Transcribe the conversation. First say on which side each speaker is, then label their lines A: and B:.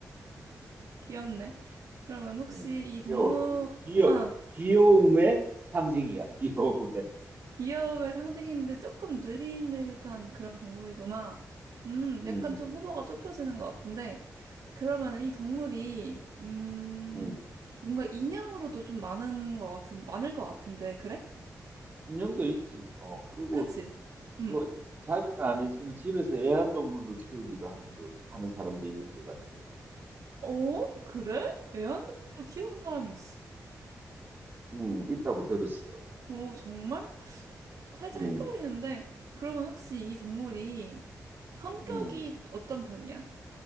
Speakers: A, on the right; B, on the right.
A: 음,
B: 귀엽네. 그러면 혹시
A: 음.
B: 이 동물,
A: 귀여워. 귀- 귀여,
B: 아,
A: 귀여움의 상징이야, <laughs> 귀여움의.
B: 귀여움을 상징했는데 조금 느릿느릿한 그런 동물이구나. 음,
A: 음,
B: 약간 좀 후보가 좁혀지는 것 같은데. 그러면 이 동물이, 음,
A: 음.
B: 뭔가 인형으로도 좀 많은 것 같은, 많을 것 같은데, 그래?
A: 인형도 있지. 어, 그리고
B: 그치? 음.
A: 뭐, 자주는 아니지만 집에서 애완동물로 키우기도 하는 거, 하는 사람도 있는 것 같아. 요
B: 어? 그래? 애완동물로 키운 사람이 있어?
A: 음, 있다고 들었어.
B: 오, 정말? 살짝
A: 음,
B: 헷갈리는데, 그러면 혹시 이 동물이 성격이
A: 음.
B: 어떤 편이야?